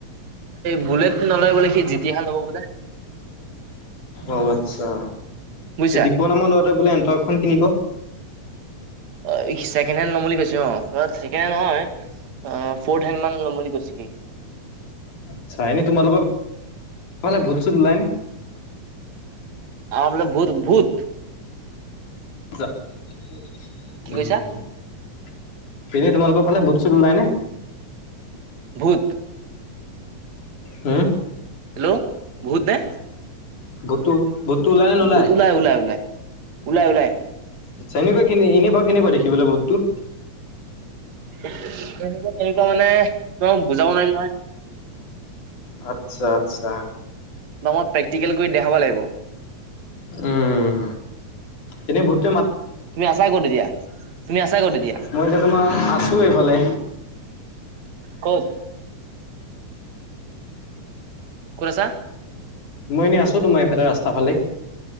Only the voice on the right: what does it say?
বুলেট নলয় বোলে সি জি টি খন ল'ব বোলে।
বুজিছা।
অ ছেকেণ্ড হেণ্ড ল'ম বুলি কৈছো অ। বাত ছেকেণ্ড হেণ্ড নহয়, ফৰ্থ হেণ্ড মান ল'ম বুলি কৈছে সি।
আমাৰ ফালে ভূত ভূত
কি
কৈছা
ভূত?
হেল্ল'। ভূত নে?
ভূত ওলাই ওলাই ওলাই ওলাই ওলাই।
তেনেকুৱা কেনেকুৱা মানে তোমাক বুজাব নোৱাৰিম নহয়।
আমাক প্ৰেক্টিকেল কৰি দেখাব লাগিব।
তুমি আছা ক'ত এতিয়া? তুমি আছা ক'ত এতিয়া?
ক'ত? ক'ত আছা?